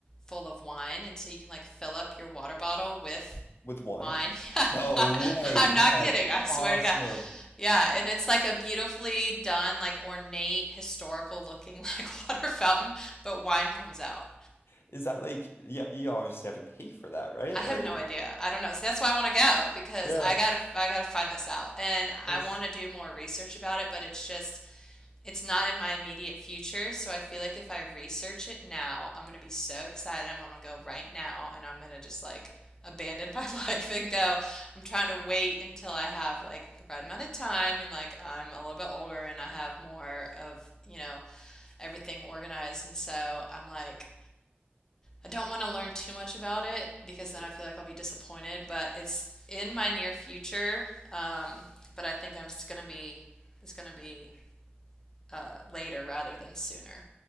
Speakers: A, on the left (about 15°); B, on the left (about 80°).
A: full of wine, and so you can like fill up your water bottle with
B: With wine?
A: wine. <laughs> Yeah,
B: No
A: yeah.
B: way.
A: I'm
B: That's
A: not kidding. I swear
B: awesome.
A: to God. Yeah, and it's like a beautifully done, like ornate, historical looking <laughs> like water fountain, but wine comes out.
B: Is that like, yeah, you obviously have to pay for that, right?
A: I have
B: Like,
A: no idea. I don't know. So that's why I want to go because
B: yeah,
A: I gotta I gotta find this out and I
B: that's,
A: want to do more research about it, but it's just it's not in my immediate future. So I feel like if I research it now, I'm gonna be so excited. I'm gonna go right now and I'm gonna just like abandon my <laughs> life and go. I'm trying to wait until I have like the right amount of time and like I'm a little bit older and I have more of, you know, everything organized. And so I'm like, I don't want to learn too much about it because then
B: yeah,
A: I feel like I'll be disappointed, but it's in my near future. Um, but I think I'm just gonna be it's gonna be uh, later rather than sooner.